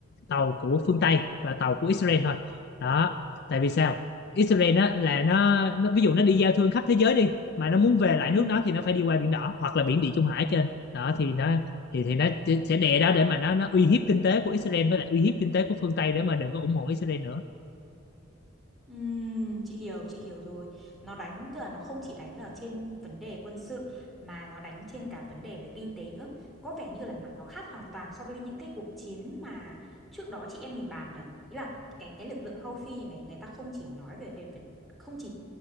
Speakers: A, on the left; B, in the centre.
A: tàu của phương Tây và tàu của Israel thôi đó tại vì sao Israel
B: À.
A: á là nó, nó ví dụ nó đi giao thương khắp thế giới đi mà nó muốn về lại
B: Ừ.
A: nước nó thì nó phải đi qua biển đỏ hoặc là biển Địa Trung Hải trên đó thì nó thì thì nó chỉ- sẽ đè đó để mà nó nó uy hiếp kinh tế của Israel với lại uy hiếp kinh tế của phương Tây để mà đừng có ủng hộ Israel nữa
B: Ừm, chị hiểu chị hiểu rồi nó đánh tức là nó không chỉ đánh ở trên vấn đề quân sự mà nó đánh trên cả vấn đề về kinh tế nữa có vẻ như là nó nó khác hoàn toàn so với những cái cuộc chiến mà trước đó chị em mình bàn nhở ý là cái cái lực lượng Houthi này người ta không chỉ nói về đề, về- không chỉ